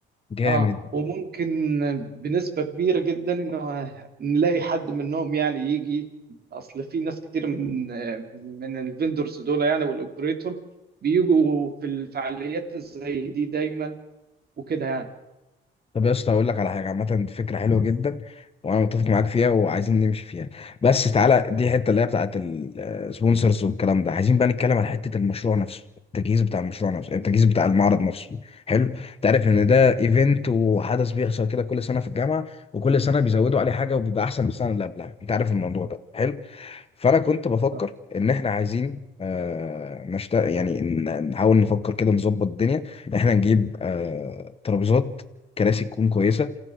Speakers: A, on the left (about 30°); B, on the right (about 50°).
A: جامد
B: اه وممكن بنسبة كبيرة جدا انه نلاقي حد منهم يعني يجي اصل في ناس كتير من من من الفندورز دول يعني والاوبريتور بيجوا في الفعاليات زي دي دايما وكده يعني
A: طب يا اسطى اقول لك على حاجه عامه دي فكره حلوه جدا وانا متفق معاك فيها وعايزين نمشي فيها بس تعالى دي الحته اللي هي بتاعت السبونسرز والكلام ده عايزين بقى نتكلم على حته المشروع نفسه التجهيز بتاع المشروع نفسه التجهيز بتاع المعرض نفسه حلو تعرف ان
B: مم.
A: ده ايفنت وحدث بيحصل كده كل سنه في الجامعه وكل سنه بيزودوا عليه حاجه وبيبقى احسن من السنه اللي قبلها انت عارف الموضوع ده حلو فانا كنت بفكر
B: صح.
A: ان احنا عايزين آه نشت... يعني ن- نحاول نفكر كده نظبط الدنيا إن احنا نجيب آه ترابيزات كراسي تكون كويسه